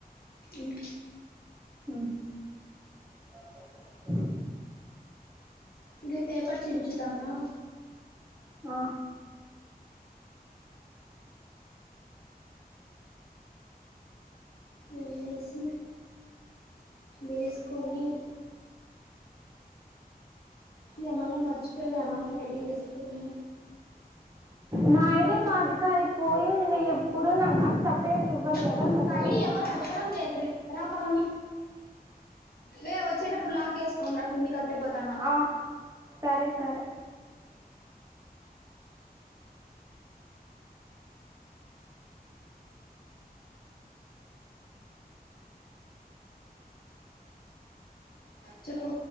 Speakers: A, on the left (about 65°); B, on the right (about 20°).
A: మ్
B: అ
A: ఇగ పేపర్ చించుతన్నా.
B: ఆ
A: వెళ్ళేసి వేస్కొని ఏమన్నా మర్చిపోయినానా ఐడి ఏస్కున్నా
B: నా ఐడి కార్డ్కది పోయింది ఎప్పుడు నా అది సపరేట్గా ఇవ్వరు కదా
A: ఇప్పుడు నీక్
B: మరి
A: ఐడి ఎవ్వరు అడగడం లేదులె రా పావని వే వచ్చేటప్పుడు లాక్ ఏస్కొన్ రా కిందిక పోతానా
B: ఆ సరే సరే
A: చెప్పు?